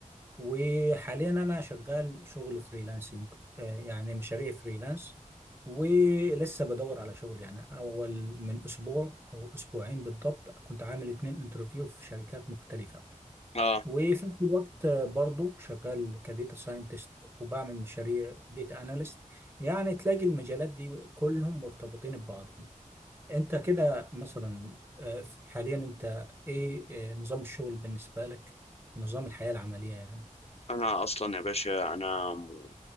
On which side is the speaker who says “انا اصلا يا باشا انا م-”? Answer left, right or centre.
Left